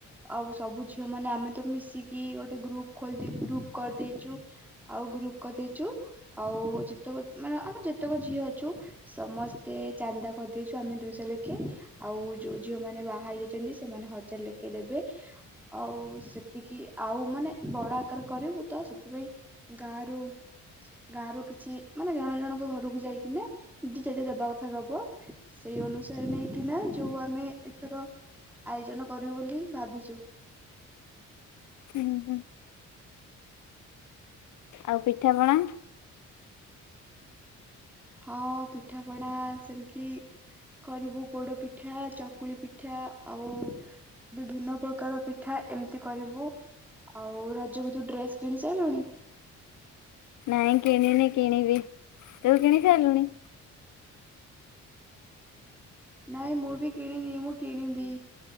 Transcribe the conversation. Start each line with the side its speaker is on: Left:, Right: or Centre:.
Centre: ଆଉ ସବୁ ଝିଅ ମାନେ ଆମେ ତ ମିଶିକି ଗୋଟେ ଗ୍ରୁପ ଖୋଲି ଦେଇ ଗ୍ରୁପ କରିଦେଇଚୁ। ଆଉ ଗ୍ରୁପ କରିଦେଇଛୁ ଆଉ ଯେତେକ ମାନେ ଆମେ ଯେତେକ ଝିଅ ଅଛୁ ସମସ୍ତେ ଚାନ୍ଦା କରିଦେଇଛୁ ଆମେ ଦୁଇଶହ ଲେଖେ। ଆଉ ଯୋଉ ଝିଅ ମାନେ ବାହା ହେଇଯାଇଛନ୍ତି ସେମାନେ ହଜାର ଲେଖେ ଦେବେ। ଆଉ ସେତିକି ଆଉ ମାନେ ବଡ ଆକାର କରିବୁ ତ ସେଥିପାଇଁ ଗାଁ ରୁ ଗାଁ ରୁ କିଛି ମାନେ ଜଣ ଜଣଙ୍କ ଘରକୁ ଯାଇକନା ଯଦେ ଦେ ଦବା କଥା ଦବ ସେଇ ଅନୁସାରେ ନେଇକିନା ଯୋଉ ଆମେ ଏଥର ଆୟୋଜନ କରିବୁ ବୋଲି ଭାବିଛୁ।
Left: ହୁଁ ହୁଁ। ଆଉ ପିଠାପଣା।
Centre: ହଁ ପିଠାପଣା ସେମିତି କରିବୁ ପୋଡ ପିଠା ଚକୁଳି ପିଠା ଆଉ ବିଭିନ୍ନ ପ୍ରକାର ପିଠା ଏମିତି କରିବୁ। ଆଉ ରାଜ କୁ ଯୋଉ ଡ୍ରେସ କିଣି ସାରିଲୁଣି।
Left: ନାଇଁ କିଣ ନେଇ କିଣବି ତୁ କିଣ ସାରିଲୁଣି।
Centre: ନାଇଁ ମୁଁ ବି କିଣିନି ମୁଁ କିଣିବି।